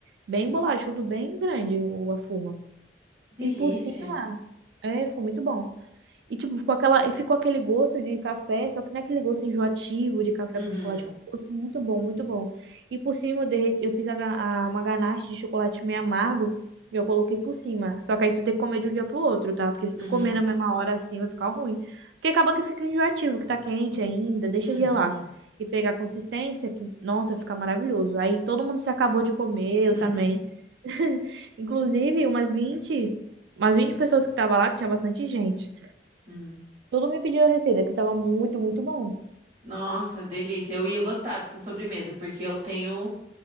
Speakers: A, on the right; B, on the right.
A: bem bolachudo, bem grande o- a forma.
B: Delícia.
A: E por cima, é, ficou muito bom. E, tipo, ficou aquela, e ficou aquele gosto de café, só que não é aquele gosto enjoativo de café
B: Uhum,
A: com chocolate. Foi um gosto muito bom, muito bom. E por cima eu, derre- eu fiz a ga- a- uma ganache de chocolate meio amargo e eu coloquei por cima. Só que aí tu tem que comer de um dia pro outro, tá? Porque se
B: uhum,
A: tu comer na mesma hora assim, vai ficar ruim. Porque acaba que fica enjoativo, que tá quente ainda, deixa
B: uhum,
A: gelar. E pegar a consistência, que, nossa, fica maravilhoso. Aí todo mundo se acabou de comer,
B: <laughs>
A: eu também. <laughs> Inclusive, umas vinte, umas vinte pessoas que tava lá, que tinha bastante gente.
B: uhum.
A: Todo me pediu a receita, que tava muito, muito bom.
B: Nossa, delícia. Eu ia gostar dessa sobremesa, porque eu tenho